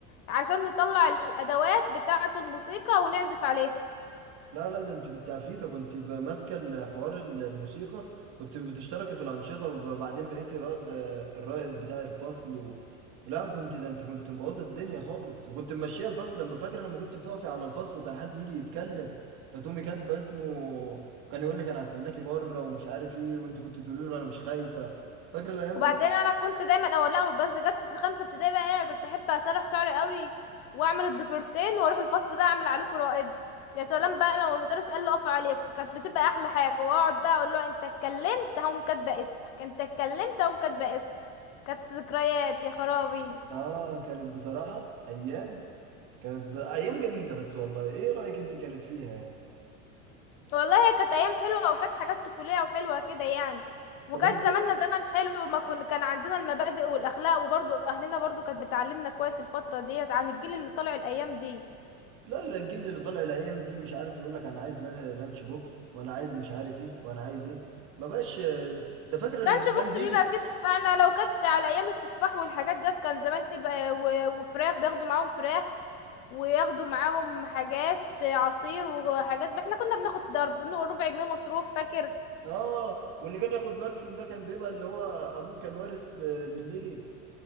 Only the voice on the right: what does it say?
لا لا ده انت كنت عفريتة كنت ب- ماسكة الحوار ال- الموسيقى كنت بتشتركي في الأنشطة وبعدين بقيتي رائد الرائد بتاع الفصل و... لا كنت ده انت كنت مبوظة الدنيا خالص وكنت ممشية الفصل لما فاكرة لما كنت بتقفي على الفصل وكان حد يجي يتكلم فتقومي كاتبة اسمه كان يقول لك انا هستناكي بره ومش عارف ايه وانت كنت تقولي له انا مش خايفة فاكرة الأيام
دي؟
لا.
اه كانت بصراحة أيام كانت ب... أيام جميلة بس والله ايه رأيك انت كانت فيها يعني؟
طب انت
لا لا الجيل اللي طالع الايام دي مش عارف يقول لك انا عايز لان- لانش بوكس وانا عايز مش عارف ايه وانا عايز ايه ما بقاش ده فاكر اللي
كان
بيجي
اه واللي كان ياخد لانشون ده كان بيبقى اللي هو ابوه كان وارث آه، بالليل